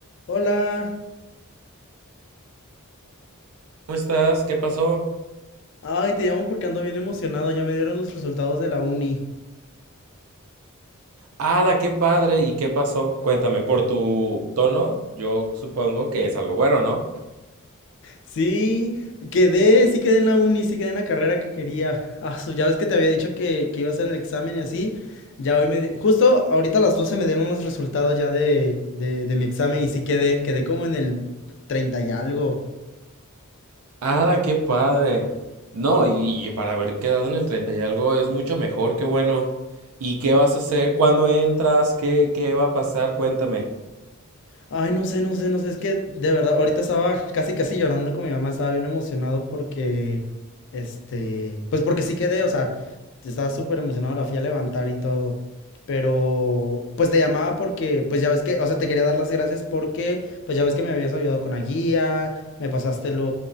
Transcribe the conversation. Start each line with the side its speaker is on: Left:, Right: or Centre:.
Left: Hola.
Right: ¿Cómo estás? ¿Qué pasó?
Left: Ay, te llamo porque ando bien emocionado. Ya me dieron los resultados de la uni.
Right: ¡Hala, qué padre! ¿Y qué pasó? Cuéntame, por tu tono, yo supongo que es algo bueno, ¿no?
Left: Sí, quedé, sí quedé en la uni, sí quedé en la carrera que quería. Ah, su, ya ves que te había dicho que, que iba a hacer el examen y así. Ya hoy me di- Justo ahorita a las 12 me dieron los resultados ya de, de, de mi examen y sí quedé. Quedé como en el 30 y algo.
Right: ¡Hala, qué padre! No, y y para haber quedado en el 30 y algo es mucho mejor, qué bueno. ¿Y qué vas a hacer? ¿Cuándo entras? ¿Qué, qué va a pasar? Cuéntame.
Left: Ay, no sé, no sé, no sé, es que de verdad, ahorita estaba casi, casi llorando con mi mamá, estaba bien emocionado porque, este, pues porque sí quedé, o sea, estaba súper emocionado, la fui a levantar y todo, pero, pues te llamaba porque, pues ya ves que, o sea, te quería dar las gracias porque, pues ya ves que me habías ayudado con la guía, me pasaste los,